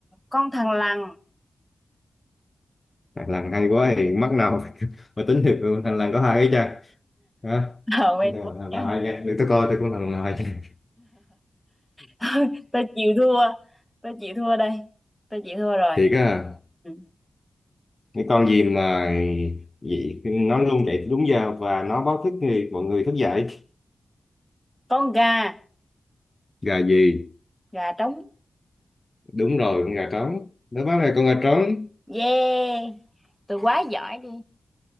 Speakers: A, in the centre; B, on the left.
A: con thằn lằn
B: thằng lằn hay quá thì mắc nào mà <laughs> mà tính được thằng lằn có hai cái chân hả
A: ở bên
B: thằng
A: bốn chân
B: lằn hai nha để tôi coi tôi cũng thằng lằn hai nha
A: <laughs> tôi chịu thua tôi chịu thua đây tôi chịu thua rồi
B: thiệt á
A: ừ.
B: cái con gì mà vậy nó luôn chạy đúng giờ và nó báo thức người mọi người thức dậy
A: con gà
B: gà gì
A: gà trống
B: đúng rồi con gà trống đó báo là con gà trống
A: yeah tôi quá giỏi đi